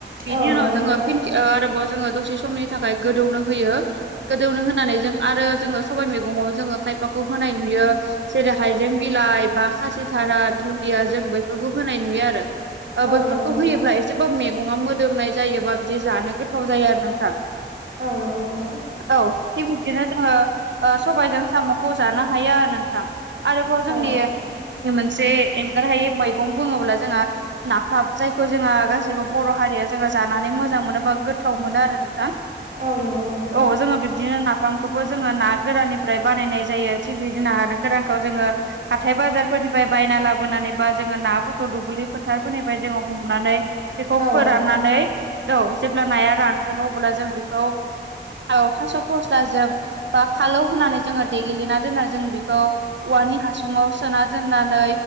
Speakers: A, on the right; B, on the right.
A: बिनि
B: औ
A: उनाव
B: नंगौ नोंथां
A: जोङो फिन खे-आरोबाव जोङो दसे समनि थाखाय गोदौनो होयो गोदौनो होनानै जों आरो जोङो सबाय मैगङाव जोङो खाय फाखौ होनाय नुयो। जेरै हाइजें बिलाइ बा खासिथारा दुन्दिया जों बैफोरखौ होनाय नुयो आरो। ओ
B: औ औ
A: बैफोरखौ
B: नंगौ नोंथां
A: होयोब्ला एसेबाबो मैगङाव मोदोमनाय जायो बा बिदि जानो गोथाव जायो आरो नोंथां।
B: औ नंगौ नोंथां
A: औ थिग बिब्दिनो जोङो ओ सबायजों साम'खौ जानो हायो आरो नोंथां। आरोबाव जोंनिनो
B: औ
A: मोनसे एंगारहायै मैगं बुङोब्ला जोंहा नाफाम जायखौ जोंहा गासिबो बर' हारिया जोंहा जानानै मोजां मोनो बा गोथाव मोनो आरो नोंथां।
B: औ नंगौ नोंथां
A: औ जोङो बिब्दिनो नाफामखौबो जोङो ना गोराननिफ्राय बानायनाय जायो। थिग बिदिनो ना गोरानखौ जोङो हाथाय बाजारफोरनिफ्राय बायना लाबोनानै बा जोङो नाफोरखौ दुब्लि फोथारफोरनिफ्राय जोङो हमनानै बेखौ फोराननानै
B: औ
A: औ जेब्ला नाया रानगोन अब्ला जों बेखौ औ थास' फस्ला जों बा फालौ होनानै जोङो देग्लिना दोनना जों बेखौ औवानि हासुङाव सोना दोननानै